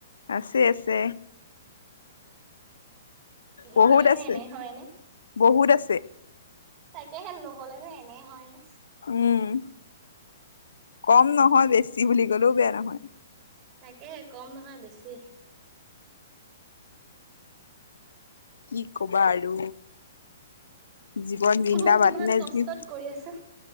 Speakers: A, on the left (about 85°); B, on the right (about 30°).
A: আছে আছে।
B: উ নহলেনো
A: বহুত আছে
B: এনেই হয়নে।
A: বহুত আছে।
B: তাকেহেন নহলেনো এনে হয় নে।
A: উম কম নহয় বেছি বুলি ক'লেও বেয়া নহয়।
B: তাকেহে কম নহয় বেছি।
A: কি কবা আৰু জীৱন বিন্দা
B: মই কিমান
A: মাত ন
B: কষ্টত
A: যি।
B: কৰি আছো।